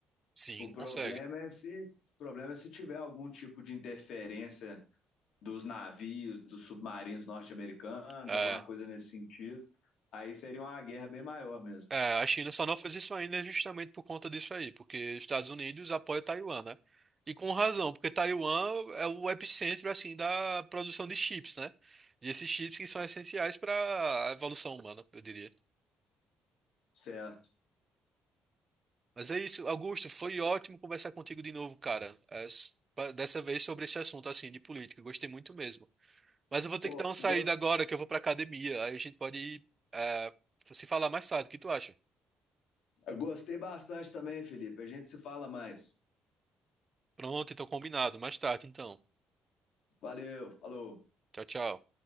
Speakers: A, on the right (about 30°); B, on the left (about 80°).
A: Sim,
B: O problema
A: consegue.
B: é se, o problema é se tiver algum tipo de interferência dos navios, dos submarinos norte-americanos,
A: É,
B: alguma coisa nesse sentido. Aí seria uma guerra bem maior mesmo,
A: é, a China só não fez isso ainda justamente por conta disso aí, porque os Estados Unidos apoiam Taiwan, né? E com razão, porque Taiwan é o epicentro, assim, da produção de chips, né? E esses chips que são essenciais para a evolução humana, eu diria.
B: certo?
A: Mas é isso, Augusto, foi ótimo conversar contigo de novo, cara. É, s- pa- dessa vez sobre esse assunto assim de política, gostei muito mesmo. Mas eu vou ter
B: Pô,
A: que dar uma saída
B: go-
A: agora, que eu vou pra academia. Aí a gente pode é, se falar mais tarde. O que tu acha?
B: gostei bastante também, Felipe. A gente se fala mais.
A: Pronto, então combinado. Mais tarde, então.
B: Valeu, falou.
A: Tchau, tchau.